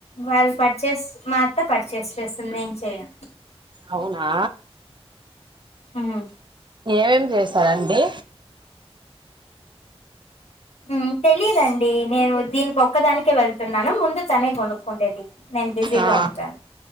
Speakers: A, on the left; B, on the right.
A: వాళ్ళు పర్చేస్ మా అత్త పర్చేస్ చేస్తుంది నేం చెయ్యను
B: అవునా
A: మ్మ్
B: ఏం చేశారండి
A: మ్ తెలీదండి నేను దీనికొక్కదానికే వెళ్ తున్నాను ముందు తనే కొనుక్కుండేది నేను బిజీగా
B: ఆ
A: ఉంటాను